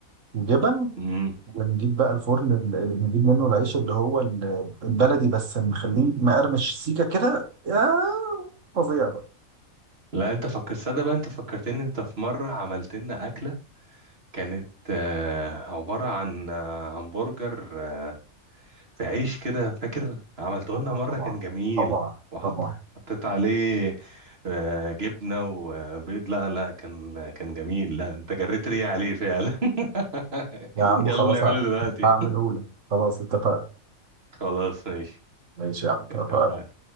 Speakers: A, on the right (about 65°); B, on the right (about 45°).
A: وجبن
B: مم.
A: ونجيب بقى الفرن اللي اللي بنجيب منه العيش اللي هو ال- البلدي بس نخليه مقرمش سيكه كده يا فظيع
B: لا انت فكرت صدق بقى انت فكرتني انت في مرة عملت لنا أكلة كانت آه، عبارة عن آه، همبرجر آه، في عيش كده فاكر عملته لنا
A: اه
B: مرة
A: طبعا
B: كان جميل
A: طبعا
B: وحط
A: طبعا
B: حطيت عليه آه، جبنة وبيض لا لا كان كان جميل لا انت جريت ريقي عليه فعلا <laughs>
A: يا عم
B: يلا
A: خلاص
B: نعمله دلوقتي
A: هعمله لك خلاص اتفقنا
B: <laughs> خلاص ماشي
A: ماشي يا عم اتفقنا
B: اتفقنا